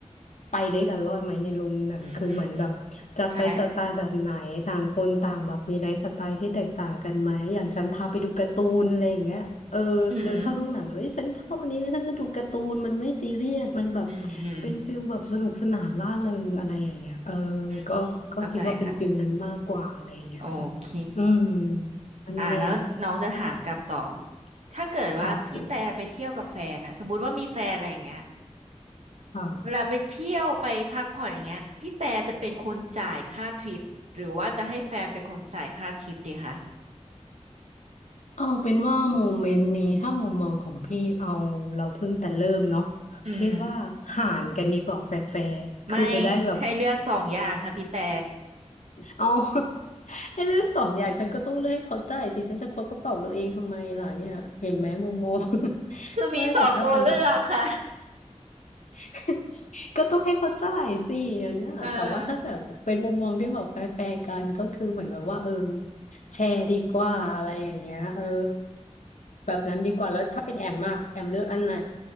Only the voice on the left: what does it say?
ไปด้วยกันรอดไหมในโรงหนังคือเหมือนแบบจะไปสไตล์แบบไหนต่างคนต่างแบบมีไลฟ์สไตล์ที่แตกต่างกันไหมอย่างฉันพาไปดูการ์ตูนอะไรอย่างเงี้ยเออเดินเข้าโรงหนังเอ้ยฉันชอบอันนี้แล้วฉันจะดูการ์ตูนมันไม่ซีเรียสมันแบบ
เป็นฟิลแบบสนุกสนานร่าเริงอะไรอย่างเงี้ยเออ
ก็ก็คิดว่าเป็นฟิลนั้นมากกว่าอะไรอย่างเงี้ยค่ะ
อืมอันแรก
ค่ะค่ะ
เอาเป็นว่าโมเมนต์นี้ถ้ามุมมองของพี่เอาเราเพิ่งแต่เริ่มเนาะ
คิดว่าหารกันดีกว่าแฟร์ๆคือจะได้แบบ
เอา <laughs> ให้เลือกสองอย่างฉันก็ต้องเลือกให้เขาจ่ายสิฉันจะควักกระเป๋าตัวเองทำไมล่ะเนี่ยเห็นไหมมุมมอง <laughs>
ไม่แต่ถ้าเป็นแบบ <laughs> ก็ต้องให้เขาจ่ายสิอย่างนั้นน่ะแต่ว่าถ้าแบบเป็นมุมมองที่แบบแฟร์ๆกันก็คือเหมือนแบบว่าเออ
แชร์ดีกว่าอะไรอย่างเงี้ยเออแบบนั้นดีกว่า แล้วถ้าเป็นแอมมากแอมเลือกอันไหน